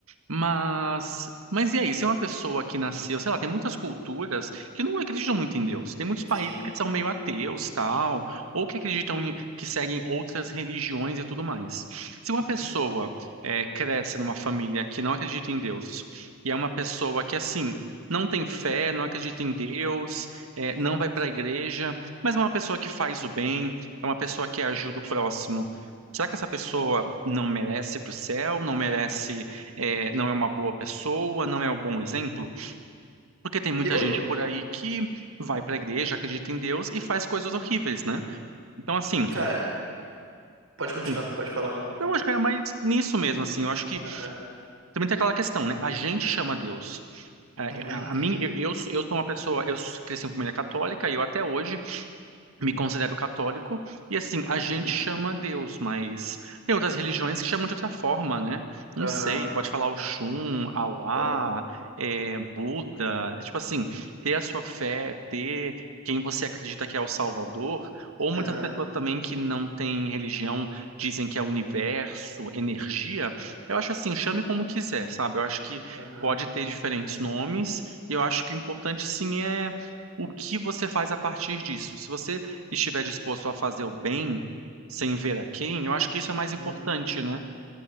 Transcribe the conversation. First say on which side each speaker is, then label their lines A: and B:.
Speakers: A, on the right; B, on the right.
A: Mas, mas e aí? Se é uma pessoa que nasceu, sei lá, tem muitas culturas que não acreditam muito em Deus. Tem muitos países
B: Sim.
A: que são meio ateus, tal, ou que acreditam em, que seguem outras religiões e tudo mais. Se uma
B: Uhum.
A: pessoa eh, cresce numa família que não acredita em Deus e é uma pessoa que assim não tem fé, não acredita em Deus, eh, não vai para a igreja, mas é uma pessoa que faz o bem, é uma pessoa que ajuda o próximo. Será que essa pessoa não merece ir para o céu? Não merece é, não é uma boa pessoa, não é um bom exemplo, porque tem muita
B: Eu,
A: gente por aí que vai para a igreja, acredita em Deus e faz coisas horríveis, né? Então, assim,
B: cara, pode continuar,
A: Sim.
B: pode falar.
A: não, acho que é mais nisso mesmo, assim, eu acho que
B: Aham.
A: também tem aquela questão, né? A gente chama Deus. A,
B: Uhum.
A: a, a mim, eu, eu, eu sou uma pessoa, eu cresci em família católica e eu até hoje. me considero católico, e assim, a gente
B: Uhum.
A: chama Deus, mas tem outras religiões que chamam de outra forma, né? Não
B: Aham.
A: sei, pode falar Oxum, Alá,
B: Não,
A: é, Buda, é tipo assim, ter a sua fé, ter quem você acredita que é o Salvador, ou muitas
B: Aham.
A: pessoas também que não têm religião dizem que é universo, energia, eu acho assim, chame como quiser, sabe? Eu acho que
B: Aham.
A: pode ter diferentes nomes, e eu acho que o importante sim é o que você faz a partir disso. Se você estiver disposto a fazer o bem sem ver a quem, eu acho que isso é mais importante,
B: Uhum.
A: né?